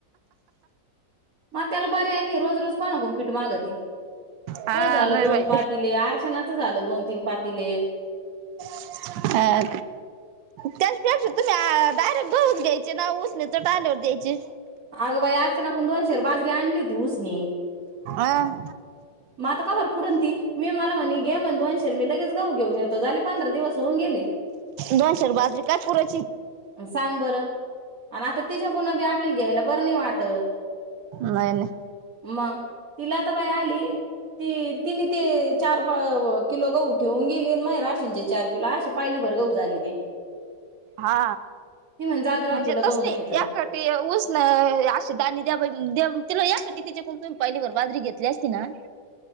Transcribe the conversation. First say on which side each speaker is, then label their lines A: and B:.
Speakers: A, on the right (about 45°); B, on the right (about 80°).
A: मग आता त्याला पर्याय नाही. रोज रोज कोणाकडून पिठ मागती?
B: हा
A: तुज झालं
B: नाही
A: दोन
B: बाई
A: पातीले, आरचनाचं झालं दोन तीन पाातीले
B: अ त्याचपेक्षा तुम्ही डायरेक्ट गहून घ्यायचे ना. उ तर टायलवर द्यायची.
A: अग बया कुन दोन शेर बाजरी आणली होती उसनी.
B: अह
A: मग आता कावर पुरण ती मी मला म्हणे घे म्हणे दोन शेर मी लगेच गहू घेऊन येतो, झाले पंधरा दिवस होऊन गेले.
B: दोन शेर बाजरी काय पुरलं.
A: सांग बर आणि आता तिच्याकडून बी आपल्याला घ्यायला बरं नाही वाट टत
B: नाही नाही
A: मग ती लताबाई आली ती तिने ते चार प किलो, गहू ठेऊन गेली अन माहे राशन चे चार किलो, अशे पायलीभर गहू झाले ते.
B: हा
A: ती म्हण जाऊ दे राव
B: म्हणजे
A: तुला गहू
B: तसं
A: नाही
B: नही
A: येत
B: एक खटी उस न अशे दाणे दया बई दया तिला एक तर तिच्याकून तुमी पायली भर बाजरी घेतली असती ना.